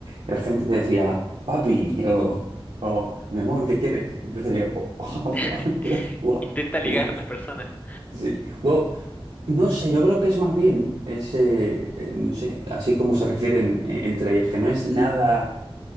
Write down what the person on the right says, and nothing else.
la gente te decía, papi, o, o mi amor, ¿qué quieres? Entonces yo, oh,
<laughs> wow,
qué-
Sí. Bueno, no sé, yo creo que es más bien ese, eh, no sé, así como se refieren eh, entre ellos, que no es nada,